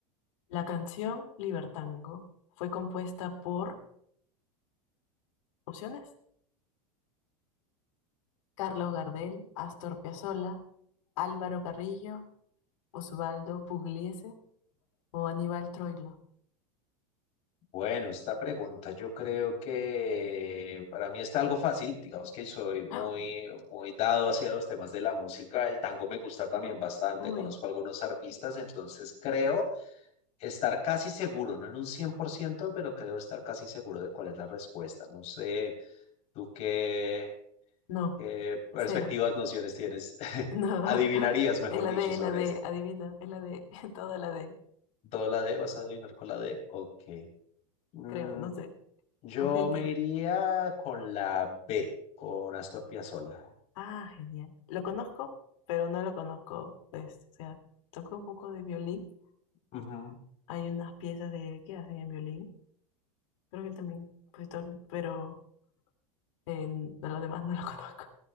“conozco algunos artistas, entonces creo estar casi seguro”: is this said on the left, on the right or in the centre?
Left